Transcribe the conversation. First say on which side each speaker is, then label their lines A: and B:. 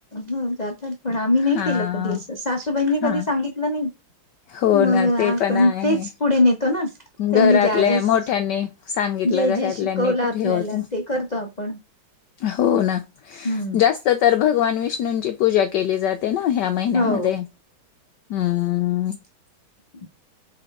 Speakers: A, on the left; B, on the left.
A: हो जातात पण आम्ही नाही
B: हां
A: केलं कधी असं सासूबाईंनी
B: हां.
A: कधी सांगितलं नाही
B: हो
A: मग
B: ना ते
A: आपण
B: पण आहे.
A: तेच पुढे नेतो ना त्यांनी
B: घरातल्या
A: ज्या आजेस
B: मोठ्यांनी सांगितलं
A: जे जे
B: घरातल्यांनी
A: शिकवलं
B: तर
A: आपल्याला
B: हे होतं.
A: ते करतो आपण
B: हो ना
A: हं.
B: जास्त तर भगवान विष्णूंची पूजा केली जाते ते ना ह्या महिन्यामध्ये
A: हो
B: हम्म
A: हम्